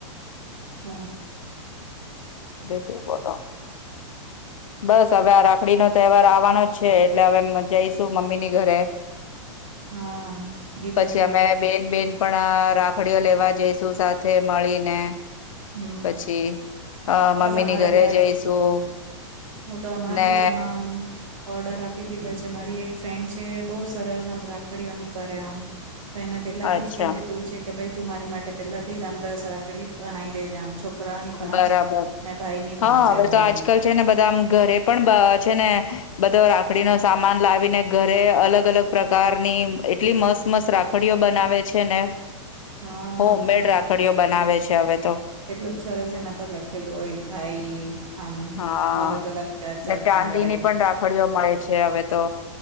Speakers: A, on the right; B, on the left.
A: હા.
B: બીજું બોલો, બસ હવે આ રાખડી નો તહેવાર આવવાનો જ છે એટલે હવે જઈશું મમ્મીની ઘરે.
A: હા, એતો
B: પછી
A: છે.
B: અમે બેન બેન પણ રાખડીઓ લેવા જઈશું, સાથે મળીને.
A: હમ
B: પછી અ
A: બસ
B: મમ્મીની
A: અમારે
B: ઘરે
A: બી આજ
B: જઈશું.
A: હું તો હમણાં
B: ને
A: થી જ, હમણાં આમ ઓર્ડર આપી દીધા છે. મારી એક ફ્રેન્ડ છે, બહુ સરસ આમ રાખડીઓનું કરે આમ. તો એને પેલાથી
B: અચ્છા
A: જ કહી દીધું છે કે, ભાઈ તું મારી માટે પેલાથી જ આમ દસ રાખડી બનાવી દેજે આમ છોકરાઓની પાંચ
B: બરાબર,
A: ને ભાઈ ની પાંચ
B: હા. હવે
A: એમ
B: તો
A: અલગ
B: આજકલ છે ને, બધા આમ ઘરે પણ છે ને, બધો રાખડી નો સામાન લાવીને ઘરે અલગ- અલગ પ્રકારની એટલી મસ્ત-મસ્ત રાખડીઓ બનાવે છે ને.
A: હા
B: હોમમેડ
A: તો
B: રાખડીઓ બનાવે છે હવે તો.
A: કેટલુંક સરસ એના પર લખેલું હોય, ભાઈ. આમ
B: હા
A: અલગ- અલગ જાત જાતની
B: ને ચાંદીની
A: વેરાયટી.
B: પણ રાખડીઓ મળે છે હવે તો